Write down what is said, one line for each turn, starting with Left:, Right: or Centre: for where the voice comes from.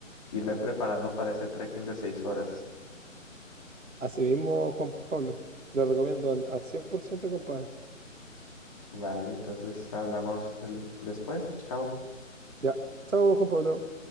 Left: irme preparando para ese trekking de seis horas.
Right: Así mismo, Juan Pablo, te lo recomiendo al, al cien por ciento compadre.
Left: Vale, entonces hablamos el- después. Chao.
Right: Ya, chao, Juan Pablo.